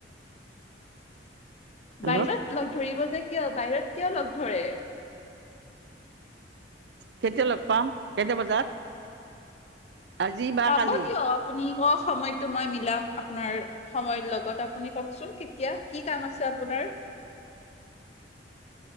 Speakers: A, on the right; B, on the left.
A: হেল্ল'
B: বাহিৰত লগ ধৰিব যে। কিয় বাহিৰত কিয় লগ ধৰে?
A: কেতিয়া লগ পাম? কেইটা বজাত? আজি বা
B: পাব
A: কালি।
B: দিয়ক আপুনি ক সময়টো মই মিলাম আপোনাৰ সময়ৰ লগত, আপুনি কওকচোন কেতিয়া? কি কাম আছে আপোনাৰ?